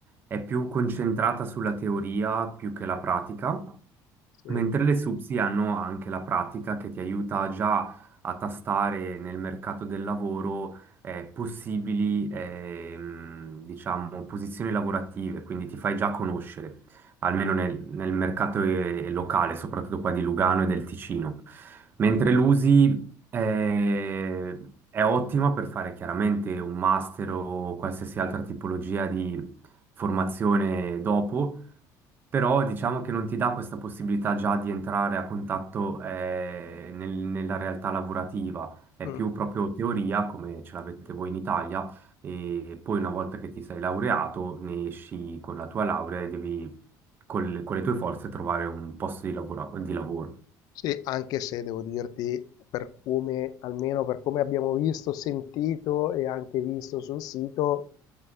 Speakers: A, on the right; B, on the left.
A: è più concentrata sulla teoria più che la pratica.
B: Sì.
A: Mentre le SUPSI hanno anche la pratica che ti aiuta già a tastare nel mercato del lavoro eh, possibili ehm, diciamo, posizioni lavorative, quindi ti fai già conoscere, almeno nel, nel mercato eh, locale, soprattutto qua di Lugano e del Ticino. Mentre l'USI eh, è ottima per fare chiaramente un master o qualsiasi altra tipologia di formazione dopo però diciamo che non ti dà questa possibilità già di entrare a contatto eh, nel- nella realtà lavorativa, è
B: Mh.
A: più proprio teoria come ce l'avete voi in Italia e poi una volta che ti sei laureato ne esci con la tua laurea e devi col- con le tue forze trovare un posto di lavoro. di lavoro.
B: Sì, anche se devo dirti, per come almeno per come abbiamo visto, sentito e anche visto sul sito,